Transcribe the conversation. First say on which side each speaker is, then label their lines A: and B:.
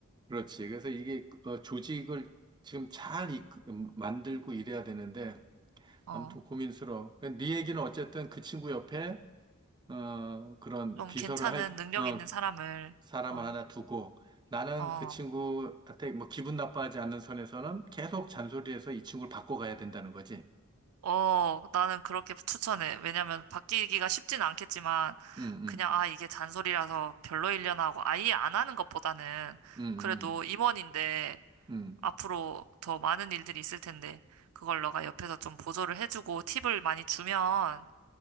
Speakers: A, on the right; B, on the right.
A: 그렇지. 그래서 이게 어, 조직을 지금 잘 이, 음, 만들고 이래야 되는데
B: 어,
A: 아무튼 고민스러워. 그러니까 네 얘기는 어쨌든 그 친구 옆에 어, 그런
B: 좀
A: 비서를
B: 괜찮은
A: 할,
B: 능력
A: 어,
B: 있는 사람을
A: 사람
B: 어,
A: 하나 두고 나는
B: 어,
A: 그 친구한테 뭐 기분 나빠하지 않는 선에서는 계속 잔소리해서 이 친구를 바꿔가야 된다는 거지.
B: 어, 나는 그렇게 추천해. 왜냐면 바뀌기가 쉽진 않겠지만
A: 음, 음,
B: 그냥 아 이게 잔소리라서 별로 일려나 하고 아예 안 하는 것보다는
A: 음, 음,
B: 그래도
A: 음.
B: 임원인데
A: 음.
B: 앞으로 더 많은 일들이 있을 텐데 그걸 너가 옆에서 좀 보조를 해주고 팁을 많이 주면